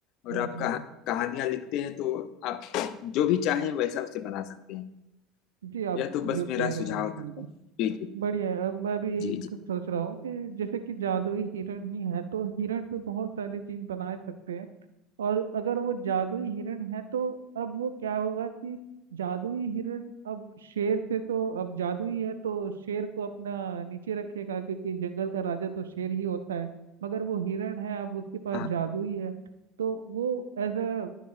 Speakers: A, on the left; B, on the right.
A: और
B: हम्म
A: आप
B: हम्म
A: कहा, कहानियां लिखते हैं तो आप जो भी चाहें वैसा उसे बना सकते हैं
B: जी आप
A: यह तो बस
B: जो
A: मेरा
B: कह रहे
A: सुझाव
B: हैं उससे
A: था
B: बिल्कुल
A: जी जी
B: बढ़िया है अब मैं भी यही
A: जी जी
B: कुछ सोच रहा हूँ कि जैसे कि जादुई हिरण ही है तो हिरण पे बहुत सारी चीज बना सकते हैं और अगर वो जादुई हिरण है तो अब वो क्या होगा कि जादुई हिरण अब शेर से तो अब जादुई है तो शेर को अपना नीचे रखेगा क्योंकि जंगल का राजा तो शेर ही होता है मगर वो हिरण है अब उसके पास
A: हाँ
B: जादुई है तो वो as a